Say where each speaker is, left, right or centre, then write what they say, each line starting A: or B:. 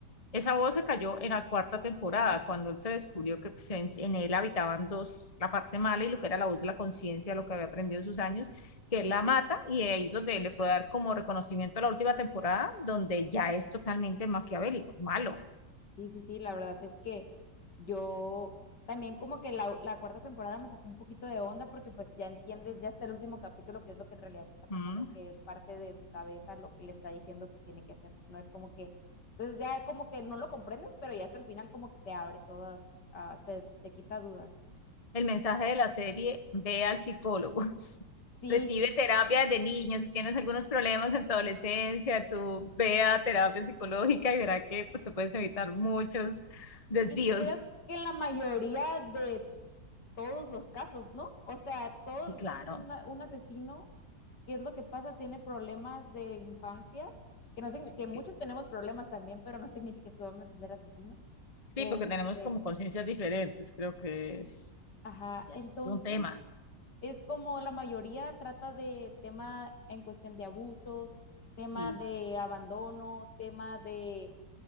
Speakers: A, on the left (about 20°); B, on the left (about 65°).
A: esa voz se cayó en la cuarta temporada, cuando él se descubrió que pues, en, en él habitaban dos, la parte mala y lo que era la voz de la conciencia, lo que había aprendido en sus años, que él la mata y ahí es donde le puede dar como reconocimiento a la última temporada, donde ya es totalmente maquiavélico, malo.
B: Sí, sí, sí, la verdad es que yo también como que la, la cuarta temporada me sacó un poquito de onda porque pues ya entiendes, ya está el último capítulo, que es lo que en realidad te está pasando,
A: ¿Mm?
B: que es parte de su cabeza lo que le está diciendo que tiene que hacer. No es como que, entonces ya como que no lo comprendes, pero ya hasta el final como que te abre todas, ah, te, te quita dudas.
A: El mensaje de la serie, ve al psicólogo. <laughs>
B: Sí,
A: Recibe terapia desde niño, si tienes algunos problemas en tu adolescencia, tú ve a terapia psicológica y verá que pues te puedes evitar muchos desvíos.
B: y creo que en la mayoría de todos los casos, ¿no? O sea, todos
A: Sí,
B: los
A: claro.
B: casos, una- un asesino, ¿qué es lo que pasa? Tiene problemas de infancia, que, no, signi-
A: Sí,
B: que muchos
A: que-
B: tenemos problemas también, pero no significa que vamos a ser asesinos.
A: sí,
B: Este,
A: porque tenemos como conciencias diferentes, creo que es,
B: ajá,
A: es
B: entonces
A: un tema.
B: es como la mayoría trata de tema en cuestión de abusos, tema
A: Sí,
B: de abandono, tema de,